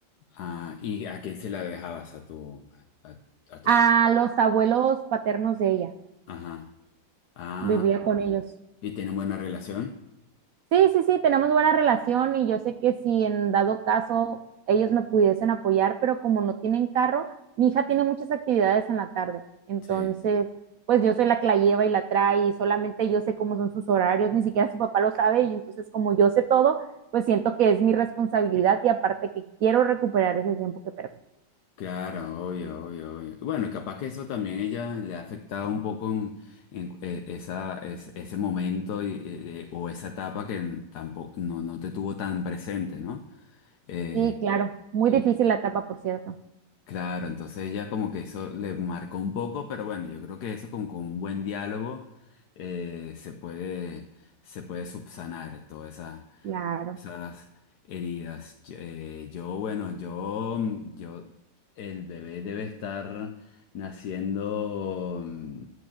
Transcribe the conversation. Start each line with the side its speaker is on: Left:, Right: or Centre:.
Left: Ah, ¿y a quién se la dejabas? A tu, a, a tu
Right: A
Left: papá.
Right: los abuelos paternos de ella,
Left: Ajá. Ah,
Right: vivía con
Left: ok.
Right: ellos.
Left: ¿Y tienen buena relación?
Right: Sí, sí, sí, tenemos buena relación y yo sé que si en dado caso ellos me pudiesen apoyar, pero como no tienen carro, mi hija tiene muchas actividades en la tarde. Entonces,
Left: Sí,
Right: pues yo soy la que la lleva y la trae y solamente yo sé cómo son sus horarios, ni siquiera su papá lo sabe y entonces como yo sé todo, pues siento que es mi responsabilidad y aparte que quiero recuperar ese tiempo que perdí.
Left: claro, obvio, obvio, obvio. Bueno, capaz que eso también ella le ha afectado un poco en, en, eh, esa, es- ese momento y, eh, o esa etapa que tampoco no, no te tuvo tan presente, ¿no? Eh,
Right: Sí, claro, muy
Left: y
Right: difícil la etapa, por cierto.
Left: claro, entonces ella como que eso le marcó un poco, pero bueno, yo creo que eso con, con un buen diálogo eh, se puede, se puede subsanar toda esa
Right: Claro.
Left: esas heridas. Yo, eh, yo, bueno, yo, yo, el bebé debe estar naciendo mm,